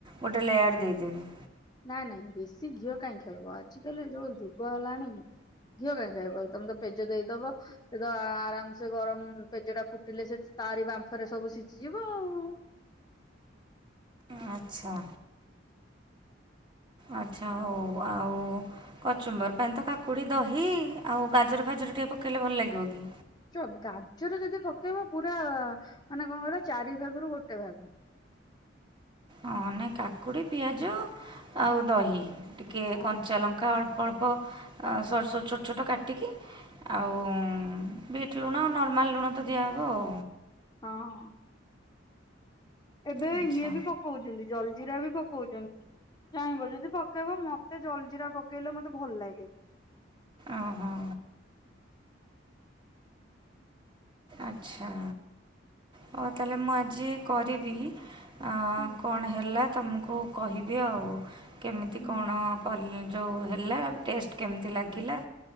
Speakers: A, on the right (about 25°); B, on the left (about 20°).
A: ଗୋଟେ ଲେୟାର ଦେଇଦେବି?
B: ନାଇଁ ନାଇଁ ବେଶୀ ଘିଅ କାଇଁ ଖାଇବ। ଆଜି କାଲି ଯୋଉ ଯୁଗ ହେଲାଣି। ଘିଅ କାହିଁ ଖାଇବ, ତମେ ତ ପେଜ ଦେଇଦବ। ସେ ତ ଆରାମସେ ଗରମ ପେଜ ଟା ଫୁଟିଲେ ସେ ତାରି ବାମ୍ଫରେ ସବୁ ସିଝିଯିବ ଆଉ।
A: ଆଚ୍ଛା। ଆଚ୍ଛା ହଉ ଆଉ କଚୁମର ପାଇଁ ତ କାକୁଡି ଦହି ଆଉ ଗାଜର ଫାଜର ଟିକେ ପକେଇଲେ ଭଲ ଲାଗିବ କି?
B: ଚ ଗାଜର ଯଦି ପକେଇବ ପୁରା ମାନେ କଣକହିଲ ଚାରି ଭାଗରୁ ଗୋଟେ ଭାଗ।
A: ହଁ ନେ କାକୁଡ଼ି ପିଆଜ ଆଉ ଦହି ଟିକେ
B: ହଁ।
A: କଞ୍ଚା ଲଙ୍କା ଅଳ୍ପ। ଅଳ୍ପ ସରୁ ସରୁ ଛୋଟ ଛୋଟ କାଟିକି ଆଉ ବିଟ୍ ଲୁଣ ନର୍ମାଲ ଲୁଣ ତ ଦିଆହେବ ଆଉ।
B: ହଁ। ଏବେ
A: ଆଚ୍ଛା
B: ଘିଅ ବି ପକଉଚନ୍ତି ଜଲଜିିରା ବି ପକଉଚନ୍ତି। ଚାହିଁବ ଯଦି ପକେଇବ ମତେ ଜଲଜିିରା ପକେଇଲେ ମତେ ଭଲ ଲାଗେନି।
A: ଆଉ ହଁ। ଆଚ୍ଛା ହଉ ତାହେଲେ ମୁଁ ଆଜି କରିବି। ଆ
B: ହୁଁ
A: କଣ ହେଲା ତମୁକୁ କହିବି ଆଉ କେମିତି
B: ହୁଁ।
A: କଣ କଲେ ଯେଉ ହେଲା ଟେଷ୍ଟ କେମିତି ଲାଗିଲା